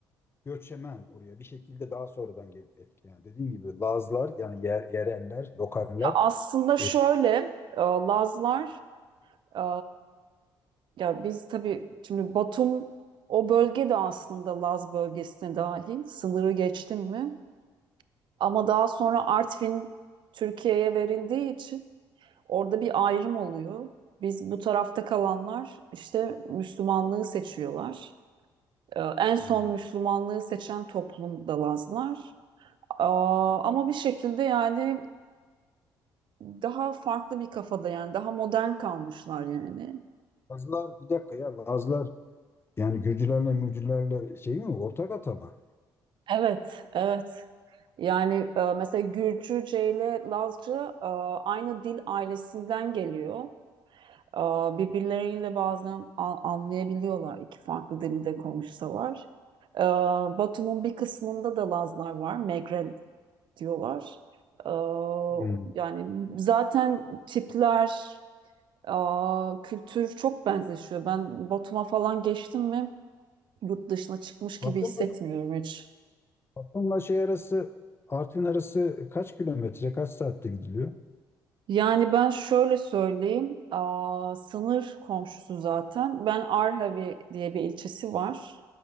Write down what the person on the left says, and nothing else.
göçemen oraya bir şekilde daha sonradan gelip etkileyen. Dediğim gibi Lazlar yani yer, yereller, lokaller.
e,
hmm,
Lazlar bir dakika ya Lazlar yani Gürcülerle Mürcülerle şey mi ortak atama?
Hmm.
Batı
mı?
Bununla şey arası Artvin arası kaç kilometre, kaç saatte gidiliyor?